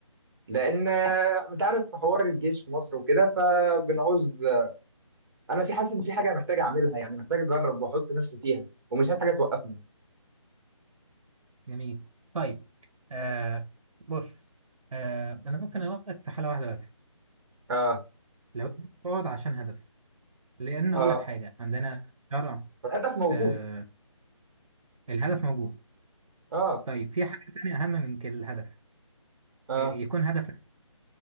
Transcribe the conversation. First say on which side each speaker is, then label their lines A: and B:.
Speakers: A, on the right; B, on the right.
A: لان انت عارف حوار الجيش في مصر وكده فبنعوز انا في حاسس ان في حاجه محتاج اعملها يعني محتاج اجرب واحط نفسي فيها ومش عايز حاجه توقفني
B: جميل طيب آه بص آه انا ممكن اوافقك في حاله واحده بس
A: اه
B: لو انت بتقعد عشان هدف لان
A: اه
B: اقول لك حاجه عندنا شرع
A: فالهدف موجود
B: آه الهدف موجود
A: اه
B: طيب في حاجه تانية اهم من كده الهدف
A: اه
B: آه، يكون هدف